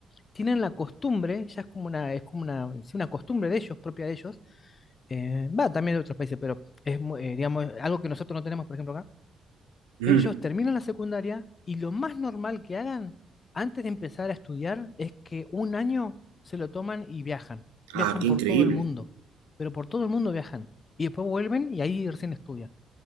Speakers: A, on the left; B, on the right.
A: tienen la costumbre, ya es como una, es como una, sí, una costumbre de ellos, propia de ellos, eh, va también de otros países, pero es, mu- eh, digamos, algo que nosotros no tenemos, por ejemplo, acá.
B: Ujú.
A: Ellos terminan la secundaria y lo más normal que hagan antes de empezar a estudiar es que un año se lo toman y viajan.
B: Ah,
A: Viajan
B: qué increíble.
A: por todo el mundo, pero por todo el mundo viajan. Y después vuelven y ahí recién estudian.